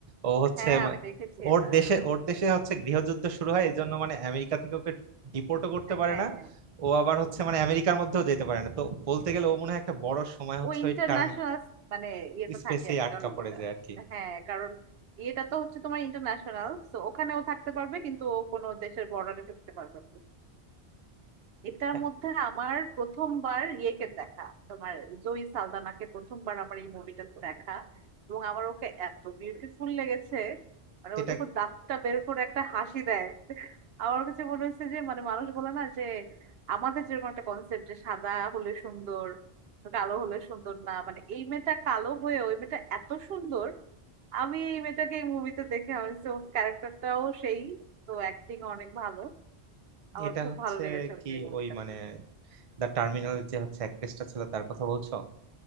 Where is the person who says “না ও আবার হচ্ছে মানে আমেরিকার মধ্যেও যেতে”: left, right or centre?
Right